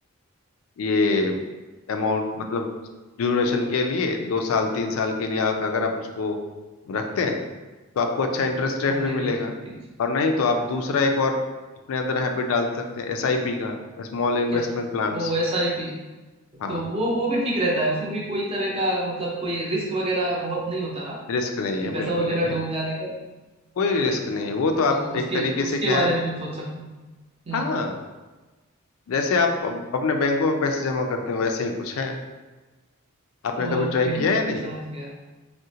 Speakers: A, on the left; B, on the right.
A: ये अमाउंट मतलब ड्यूरेशन के लिए दो साल तीन साल के लिए अ- अगर आप उसको रखते हैं तो आपको अच्छा इंटरेस्ट रेट
B: हाँ
A: भी
B: जी
A: मिलेगा
B: भैया ठीक जी।
A: और नहीं तो आप दूसरा एक और अपने अंदर हैबिट डाल सकते हैं एसआईपी का स्मॉल इन्वेस्टमेंट
B: क्या
A: प्लान्स
B: ओ एस आई पी
A: हाँ
B: तो वो वो भी ठीक रहता है उसमें भी कोई तरह का मतलब कोई रिस्क वगैरह बहुत नहीं होता ना
A: रिस्क नहीं
B: कि
A: है
B: पैसा
A: बिल्कुल
B: वगैरह
A: नहीं है
B: डूब जाने का
A: कोई
B: अरे
A: रिस्क नहीं
B: वाह,
A: है वो
B: फिर
A: तो आप
B: तो उसके
A: एक तरीके
B: उसके
A: से क्या
B: बारे
A: है
B: में भी सोच सकते हैं
A: हाँ
B: हम्म
A: जैसे आप अप- अपने बैंकों में पैसे जमा करते हो वैसे ही कुछ है आपने
B: ओके
A: कभी ट्राई किया
B: ओके
A: या नहीं
B: समझ गया